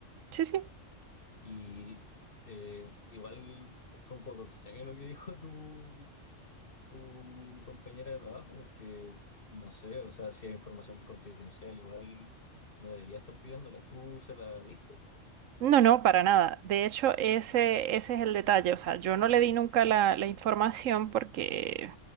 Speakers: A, on the right; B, on the left.
A: Sí, sí.
B: Y eh, igual fue un poco extraño lo que <laughs> dijo tú tu compañera de trabajo, porque no sé, o sea, si hay información confidencial, igual no debería estar pidiéndola. ¿Tú se la diste?
A: No, no, para nada. De hecho, ese, ese es el detalle. O sea, yo no le di nunca la, la información porque,